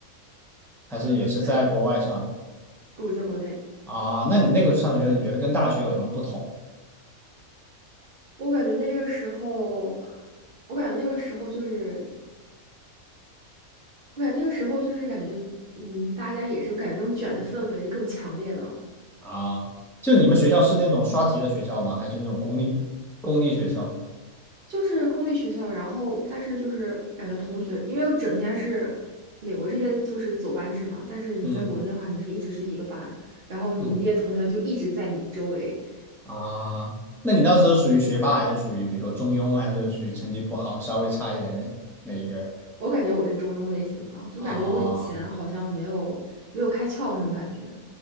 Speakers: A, in the centre; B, on the right.
A: 还是也是在国外上的
B: 嗯，对啊，我在国内。
A: 啊？那你那个上学，你觉得跟大学有什么不同
B: 我感觉那个时候，我感觉那个时候就是，我感觉那个时候就是感觉，嗯，大家也是感觉那种卷的氛围就更强烈了。
A: 啊？就你们学校是那种刷题的学校吗？还是那种公立公立学校？
B: 就是公立学校，然后但是就是感觉同学，因为我整天是美国这边就是走班制嘛，但是你在国内的话，
A: 嗯。
B: 你是一直是一个班，然后你那些同学就一直在你周围。
A: 嗯啊，那你当时是属于学霸，还是属于比如说中庸，还是属于成绩不好，稍微差一点的那一个？
B: 我感觉我是中庸类型的，就感觉我以前好像没有没有开窍那种感觉。
A: 啊，